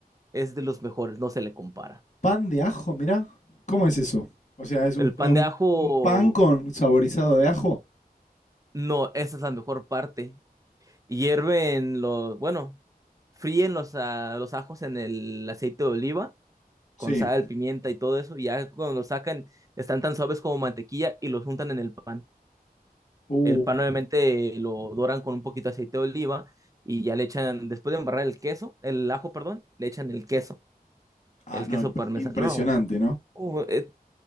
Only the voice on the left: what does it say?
Pan de ajo, mirá, ¿cómo es eso? O sea, es un,
es un-
un pan con saborizado de ajo.
Sí.
Uh,
ah,
no,
imp-
impresionante,
¿no?